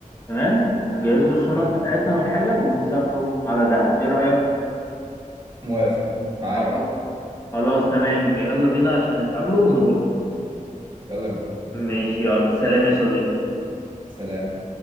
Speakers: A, on the left; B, on the right.
A: تمام ونجهز له الشنط
B: تمام
A: بتاعتنا والحاجة ونسافروا على دهب ايه رأيك
B: موافق معاك
A: خلاص خلاص تمام يبقى يلا بينا عشان نتقابلوا ونروح
B: يلا بينا
A: ماشي يلا سلام يا صديقي
B: سلام